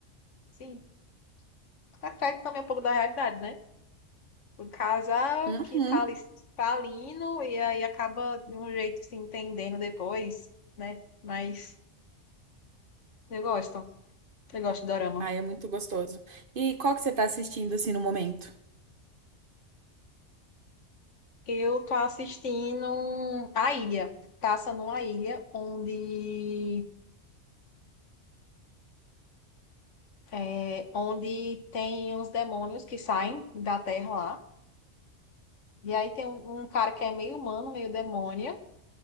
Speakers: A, on the left (about 70°); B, on the right (about 50°).
A: Sim, reflete também um pouco da realidade, né? Um casal
B: Uhum.
A: que tá ali falindo e aí acaba de um jeito se entendendo depois, né? Mas eu gosto. Eu gosto de dorama.
B: Ai, é muito gostoso. E qual que você tá assistindo assim no momento?
A: Eu tô assistindo um- A Ilha. Passa numa ilha onde, é, onde tem uns demônios que saem da terra lá. E aí tem um um cara que é meio humano, meio demônio.